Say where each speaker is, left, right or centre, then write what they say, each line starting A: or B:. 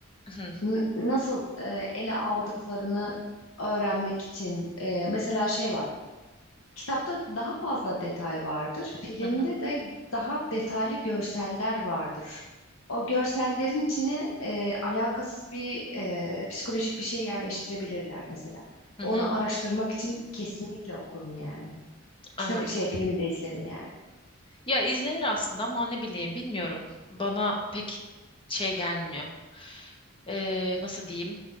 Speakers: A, on the left; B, on the left.
A: hı
B: N- nasıl e, ele aldıklarını öğrenmek için. e, mesela şey var. Kitapta daha fazla detay vardır. Filmde
A: hı hı
B: de daha detaylı görseller vardır. O görsellerin içine e, alakasız bir e, psikolojik bir şey yerleştirebilirler mesela.
A: hı
B: Onu
A: hı,
B: araştırmak için kesinlikle okurum yani. Kitap
A: anladım.
B: şey filmi de izlerim yani.
A: Ya izlenir aslında ama ne bileyim bilmiyorum. Bana pek şey gelmiyor. Ee, nasıl diyeyim?